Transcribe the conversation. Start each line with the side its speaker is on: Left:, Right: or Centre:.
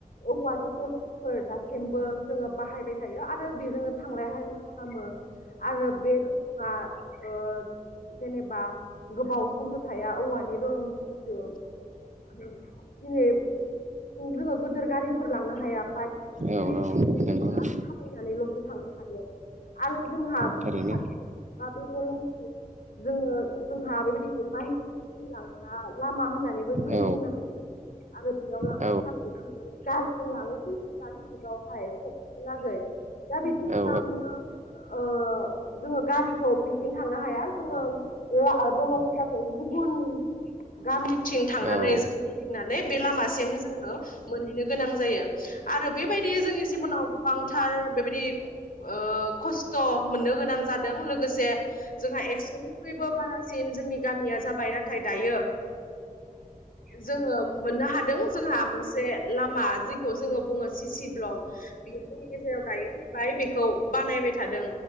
Left: औवानि दलंफोर दासिमबो जोङो बाहायबाय थायो आरो बेजोंनो थांलाय हायलाय खालामो आरो बे दलंआ जेनेबा गोबाव समथ' थाया औवानि दलं जिहेथु दिनै जोङो गिदोर गारिफोर लांनो हाया बाइक
Right: औ औ नोंगौ
Left: साइकेलफोर
Right: नोंथां
Left: आरो थाबायनानैल'सो थांनो हायो आरो जोंहा <unintelligible>
Right: थारैनो
Left: बे दलंथिं जोङो जोंहा बेबायदि माइसि थैलांग्रा लामा होननानै जों
Right: औ
Left: बुंनो हायो आरो बेयाव लांनो
Right: औ
Left: थाखाय जोङो गारिजों लाङो जिहेथु दानि जुग बेावहाय फबनो लागै दा बिथिं
Right: औ
Left: लांनो ओ जोङो गारिखौ बिथिं थांनो हाया जोङो दलंनि थाखाय गुबुन गामिथिं थांनानै
Right: औ औ
Left: जों गिदिंनानै बे लामासिम जोङो मोनहैनो गोनां जायो आरो बेबायदि जोंनि जिबनाव गोबांथार बे बिदि ओ खस्थ' मोननो गोनां जादों लोगोसे जोंहा एक्स'निख्रुइबो बारासिन जोंनि गामिया जाबाय नाथाय दायो जोङो मोननो हादों जोंहा मोनसे लामा जेखौ जोङो सि सि ब्लक बियो जोंनि गेजेराव दायो फैबाय बेखौ बानायबाय थादों